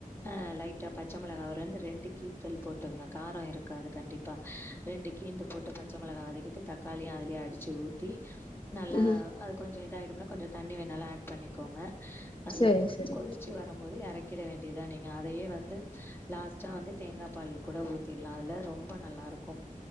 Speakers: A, on the left; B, on the left.
A: அ லைட்டா பச்ச மிளகா வந்து ரெண்டு கீ்த்தல் போட்டுங்க காரோ இருக்காது கண்டிப்பா ரெண்டு கீந்து போட்டு பச்ச மிளகா வதக்கிட்டு தக்காளியு அதுலயே அடிச்சு ஊத்தி நல்லா
B: ம்
A: அது கொஞ்சோ இதாய்டும்ல கொஞ்சோ தண்ணி வேணாலு அட் பண்ணிக்கோங்க நல்லா
B: சேரிங் சேரி
A: கொதிச்சி வ றம்போது எறக்கிட வேண்டியதுதா நீங்க அதயே வந்து லாஸ்டா வந்து தேங்கா பால் கூட ஊ த்திருல்லா அதுல ரொம்ப நல்லா இருக்கு